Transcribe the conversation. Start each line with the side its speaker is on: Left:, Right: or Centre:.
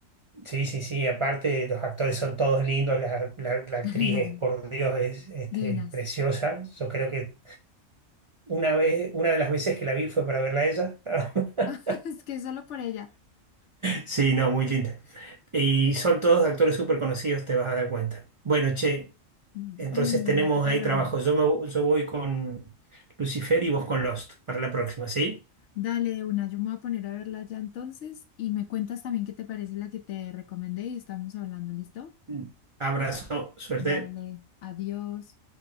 Right: Sí, sí, sí, aparte los actores son todos lindos, la, la- la actriz
Left: <laughs>
Right: es, por Dios, es este,
Left: Divinas.
Right: preciosa, yo creo que Una vez, una de las veces que la vi fue para verla a ella. <laughs>
Left: <laughs> Es que solo por ella.
Right: Sí, no, muy linda. Y son todos actores súper conocidos, te vas a dar cuenta. Bueno, che,
Left: Mm,
Right: entonces
Left: mm,
Right: tenemos
Left: me va a tocar
Right: ahí
Left: verla.
Right: trabajo. Yo, me, vo- yo voy con Lucifer y vos con Lost para la próxima, ¿sí?
Left: Dale, de una, yo me voy a poner a verla ya entonces y me cuentas también qué te parece la que te recomendé y estamos hablando, ¿listo?
Right: Mm. Abrazo, suerte.
Left: Dale, adiós.